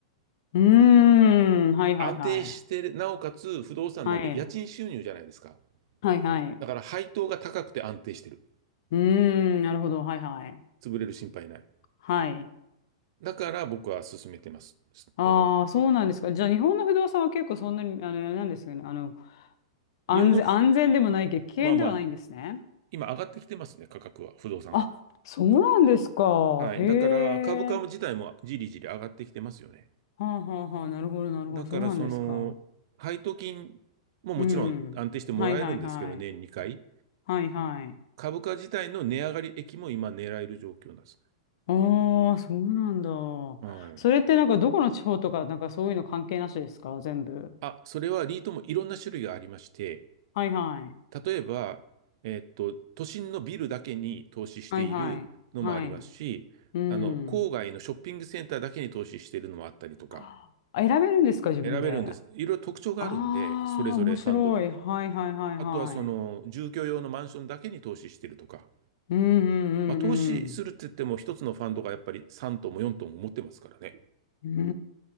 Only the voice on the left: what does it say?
うーん。はいはいはい。
はい。はいはい。
うーん。なるほど。はいはい。
はい。
ああ、
そうなんですか。じゃあ、日本の不動産は結構そんなに、あの、なんですかね、あの、安全、
安全でもないけど、危険ではないんですね。
あ、そうなんですか。
へ
え。はあはあはあ、なるほど、なるほど、
そうなんですか。
うん。はいはいはい。
はいはい。
ああ、そうなんだ。
それってなんかどこの地方とか、なんかそういうの関係なしですか全部。
はいはい。
はいはい。はい。うん。
あ選べるんですか自分で。
あ
あ、面白い。はいはいはいはい。
うんうんうん
うん。う